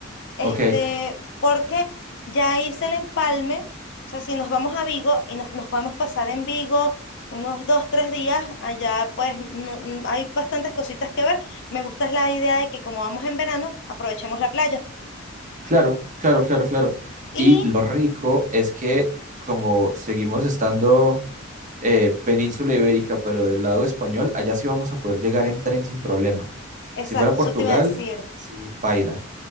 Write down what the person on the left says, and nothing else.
Este,
porque ya hice el empalme, o sea, si nos vamos a Vigo y nos, nos podemos pasar en Vigo unos dos, tres días, allá pues no- no- hay bastantes cositas que ver. Me gusta es la idea de que como vamos en verano, aprovechemos la playa.
Y,
exacto,
eso te iba a decir.